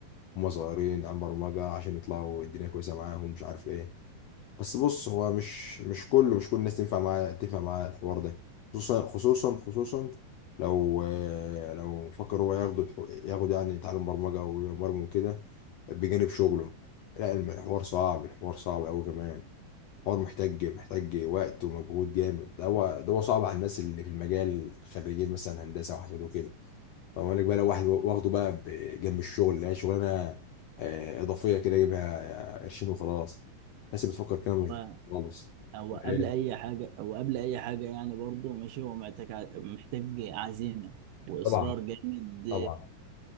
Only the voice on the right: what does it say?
و-
هو
قبل اي حاجه هو قبل اي حاجه يعني برضو ماشي هو محتاج ع- محتاج عزيمه واصرار
جامد